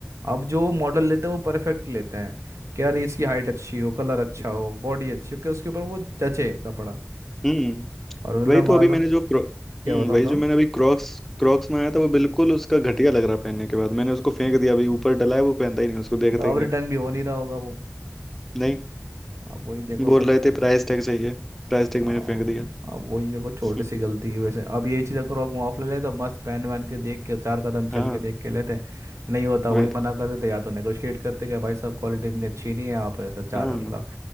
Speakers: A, on the right; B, in the centre.
A: अब जो मॉडल लेते हैं वो परफेक्ट लेते हैं कि यार इसकी हाइट अच्छी हो कलर अच्छा हो बॉडी अच्छी हो कि उसके ऊपर वो जचे कपड़ा
B: हम्म
A: और मतलब
B: वही तो
A: मान
B: अभी
A: लो
B: मैंने जो क्रो
A: क्या
B: हम्म
A: बताओ
B: वही
A: बताओ
B: जो मैंने अभी क्रॉक्स क्रॉक्स मंगाया था वो बिल्कुल उसका घटिया लग रहा पहनने के बाद मैंने उसको
A: मतलब
B: फेंक दिया अभी ऊपर डला है वो पहनता ही नहीं उसको देखता
A: अब
B: ही नहीं
A: रिटर्न भी हो नहीं रहा होगा वो
B: नहीं
A: अब वही देखो
B: बोल रहे थे प्राइस टैग चाहिए प्राइस टैग
A: हाँ,
B: मैंने फेंक दिया
A: अब वही देखो छोटी
B: <laughs>
A: सी गलती की वजह से अब ये चीज़ अगर ऑफ ले ले तो मस्त पहन वहन के देख के चार कदम
B: हाँ
A: चल के देख के लेते नहीं होता वही
B: वही तो
A: मना कर देते या तो नेगोशिएट करते कि भाई साहब क्वालिटी इतनी अच्छी नहीं है आप ऐसा चार
B: हाँ
A: मतलब